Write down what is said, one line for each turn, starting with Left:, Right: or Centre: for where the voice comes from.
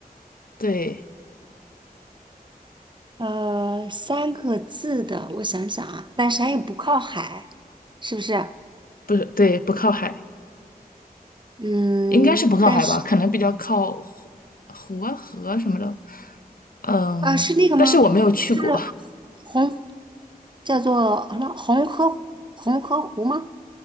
Left: 对，
Right: 呃，三个字的，我想想啊，但是它又不靠海，是不是？
Left: 不是，对，不靠海。
Right: 嗯，
Left: 应该是不靠海吧，
Right: 但是
Left: 可能比较靠湖湖啊河啊什么的。嗯，
Right: 啊，是那个吗？
Left: 但是我没有去过。
Right: 是红，叫做什么红河红河湖吗？